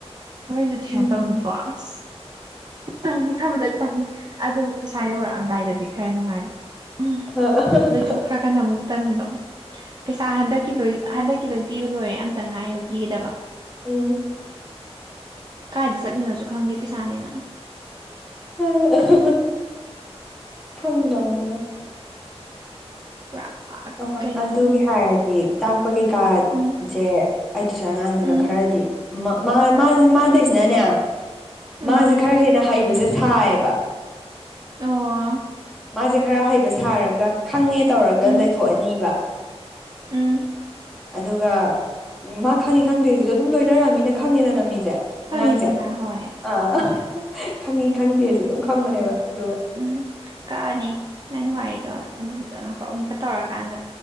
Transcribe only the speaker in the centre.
ꯎꯝ
ꯑ ꯍꯥꯍꯥ
ꯎꯝ
ꯑ ꯍꯥꯍꯥ ꯈꯪꯗꯕꯅꯦꯉꯣꯅꯤ
ꯑ
ꯑꯗꯨꯒꯤ ꯍꯥꯏꯔꯗꯤ ꯄꯛꯄꯒꯤ ꯀꯥꯔꯠꯆꯦ
ꯑꯩ ꯇꯨꯢꯁꯟ ꯑꯉꯥꯡꯗꯨꯅ
ꯈꯔꯗꯤ ꯃꯥꯛ ꯃꯥ ꯃꯥꯗꯤ ꯃꯥꯇꯏ
ꯁꯤꯅꯥꯅꯦ ꯃꯥꯁꯦ
ꯈꯔ ꯍꯦꯟꯅ ꯍꯩꯕꯁꯦ ꯁꯥꯏꯌꯦꯕ
ꯃꯥꯁꯦ ꯈꯔ ꯍꯩꯕ ꯁꯥꯔꯒ ꯈꯪꯉꯦ ꯇꯧꯔꯒ
ꯂꯩꯊꯣꯛꯑꯅꯤꯕ
ꯑꯗꯨꯒ ꯃꯥ ꯈꯪꯉꯤ ꯈꯪꯗꯦ ꯁꯤꯁꯨ ꯑꯗꯨꯝ ꯂꯣꯏꯅꯔꯛ ꯑꯝꯅꯤꯅꯥ ꯈꯪꯏꯗꯅ ꯃꯤꯁꯦ
ꯑꯉꯥꯡꯁꯦ
ꯑꯥ
ꯈꯪꯉꯤ ꯈꯪꯗꯦꯁꯦ ꯑꯗꯨꯝ ꯈꯪꯕꯅꯦꯕ ꯑꯗꯨꯒ